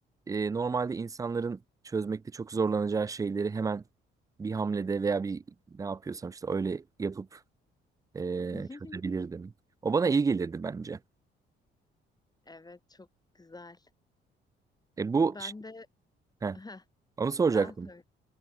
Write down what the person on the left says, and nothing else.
<laughs>
Evet çok güzel.
Ben de
Heh,
sen söyle.